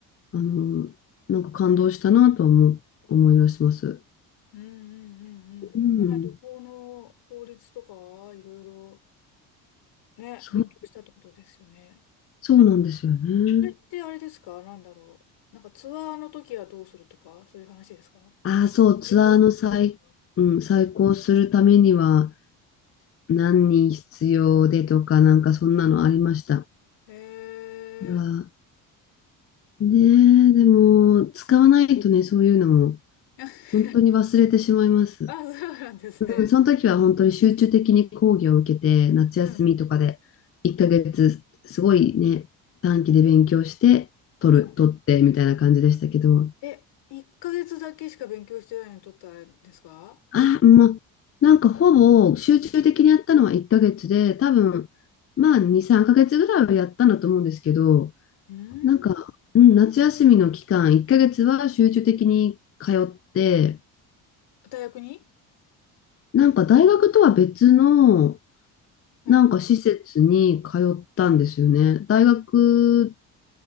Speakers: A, on the left; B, on the left.
A: あの、なんか感動したなと思う、思い出します。
B: うんうんうんうん。
A: うん、
B: ね、旅行の法律とか、いろいろね、
A: そう、
B: 勉強したってことですよね。それ
A: そうなんですよね。
B: それってあれですかなんだろう。なんかツアーの時はどうするとか、そういう話ですか個
A: ああ、そう、ツアーの最、
B: 人旅行の場合は。
A: うん、再考するためには、何人必要でとか、なんかそんなのありました。
B: へえ。
A: が、ねえ、でも、使わないとね、そういうのも、
B: <laughs>
A: 本当に忘れてしまいます。
B: あ、そうなんですね。
A: うん、その時は本当に集中的に講義を受けて、夏休みとかで、
B: うん。
A: 1ヶ月、すごいね、短期で勉強して、取る、
B: うん。
A: 取って、みたいな感じでしたけど、
B: え、1ヶ月だけしか勉強してないのに取ったんですか
A: あ、まあ、なんかほぼ集中的にやったのは1ヶ月で、多分、まあ2、3ヶ月ぐらいはやったんだと思うんですけど、
B: うん。
A: なんか、うん、夏休みの期間、1ヶ月は集中的に通って、
B: 大学に
A: なんか大学とは別の、
B: うん。
A: なんか施設に通ったんですよね。大学、